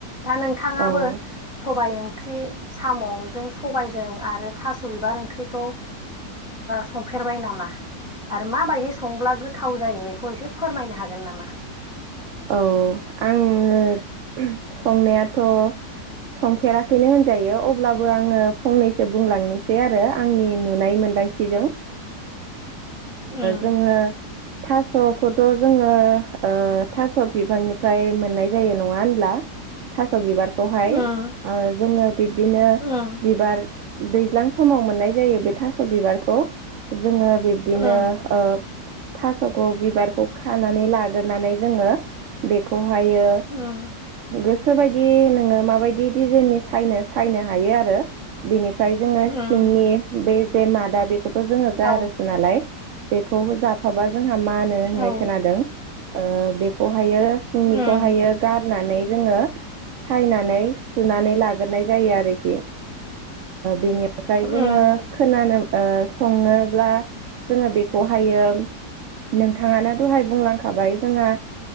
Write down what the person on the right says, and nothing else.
औ औ
औ आङो संनायाथ' संफेराखैनो होनजायो अब्लाबो आङो फंनैसो बुंलांनोसै एसे आरो आंनि नुनाय मोनदांथिजों
जोङो थास'खौथ' जोङो थास' बिफांनिफ्राय मोननाय जायो नङा होनब्ला थास' बिबारखौहाय
जोङो बिब्दिनो
बिबार दैज्लां समाव मोननाय जायो बे थास' बिबारखौ जोङो बे बिदिनो
आ थास'खौ' बिबारखौ खानानै लाग्रोनानै जोङो बेखौहायो
गोसोोबायदि नोङो माबायदि डिजाइननि सायनो सायनो हायो आरो बिनिफ्राय जोङो
सिंनि बे जे मादा बेखौथ' जोङो गारोसो
नालाय बेखौ जाफाबा जोंहा मा होनो होननाय
खोनादों बेखौ खौहायो सिंनिखौहायो
गारनानै जोङो सायनानै सुनानै लाग्रोनाय जायो आरोखि बेनिफ्राय
जोङो खोनानो ओ संनोब्ला जोङो बेखौहायो नोंथाङानो दहाय बुंलांखाबाय जोंहा